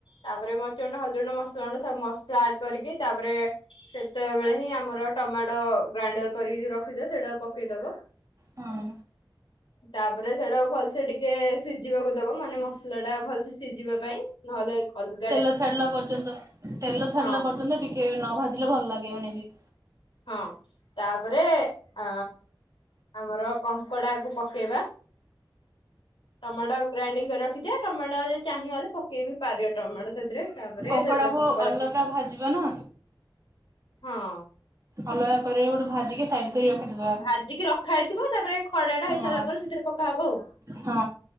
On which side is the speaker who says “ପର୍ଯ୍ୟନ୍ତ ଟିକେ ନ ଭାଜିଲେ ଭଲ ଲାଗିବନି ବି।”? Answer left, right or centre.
Right